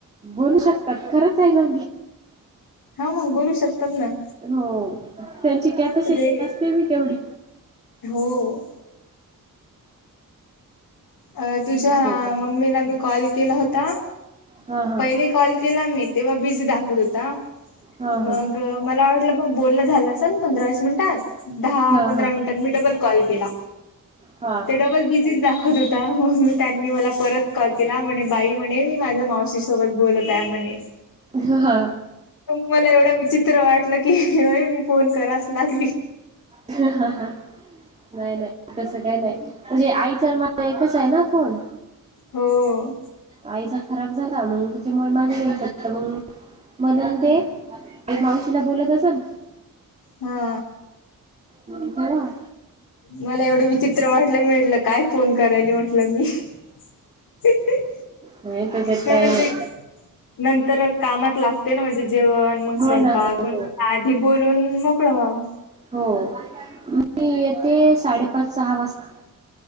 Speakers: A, on the right; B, on the left.
A: बोलू शकतात खरंच आहे ना
B: हा मग बोलू शकतात ना.
A: हो त्यांची कॅपॅसिटी
B: ते
A: असते बी तेवढी.
B: हो. अ तुझ्या
A: लय बोलतात.
B: मम्मीला मी कॉल केला होता.
A: हा हा
B: पहिले कॉल केला मी तेव्हा बिझी दाखवत होता.
A: हा
B: मग
A: हा
B: मला वाटलं बोलण झालं पंधरा वीस मिनिटात. दहा
A: हा
B: पंधरा मिनट तर मी डबल कॉल केला
A: हा
B: ते डबल बिझी च णून म त्यांनी मला परत कॉल केला म्हणे बाई म्हणे मी माझा मावशी सोबत बोलत आहे म्हणे
A: हा.
B: मला एवढं विचित्र वाटलं की मी फोन कराच लागली.
A: ह हाहाहा. नाई नाई तसं काई नाई म्हणजे आईचा माजा एकचाय ना फोन.
B: हंअं
A: आईचा खराब झाला मंग त्याच्यामुळे माझ्या <unintelligible> म्हनन दे ते मावशीला बोलत असन
B: हा
A: अं कवा?
B: मला एवडं विचित्र वाटलं. मी म्हटलं काय फोन करायली म्हटलं मी. इ इहीही
A: नाही त्याच्यात
B: हे
A: काही
B: म्हणजे
A: नाही
B: नंतरं कामात लागते ना म्हणजे जेवण मंग
A: हो
B: सैंपाक
A: ना हो
B: म्हणून आधी बोलून मग <unintelligible>
A: हो, मी येते साडेपाच सहा वाजता.